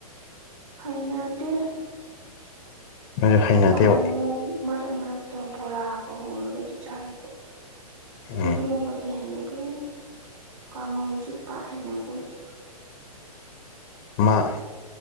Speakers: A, on the right; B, on the left.
A: ꯍꯥꯏꯅꯗꯤ
B: ꯅꯣꯏꯁꯨ ꯍꯩꯅꯗꯦꯕ
A: ꯑꯣꯃꯣ ꯃꯔꯛ ꯃꯔꯔꯛꯇ ꯕꯔꯥ ꯑꯒ ꯍꯧꯔꯕꯗꯤ ꯆꯥꯕ
B: ꯎꯝ
A: ꯏꯔ ꯗꯤ ꯍꯩꯅꯗꯦ ꯀꯥꯡꯉꯧꯁꯨ ꯄꯥꯛ ꯍꯩꯅꯕ ꯑꯣꯏꯗꯦ
B: ꯃꯥ